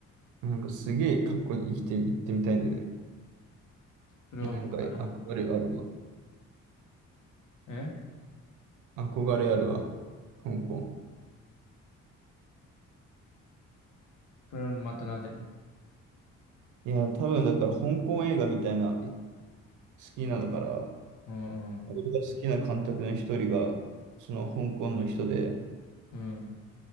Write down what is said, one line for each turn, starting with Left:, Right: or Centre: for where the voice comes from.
Right: なんかすげえかっこいい生きて、行ってみたいんだよね。
Left: それはまた、
Right: なんか憧れあるわ。
Left: え
Right: 憧れあるわ。香港。
Left: それはまたなぜ
Right: いや、多分だから香港映画みたいな、い好きなのから、
Left: うんうん。
Right: 俺が好きな監督の一人が、その香港の人で、
Left: うん。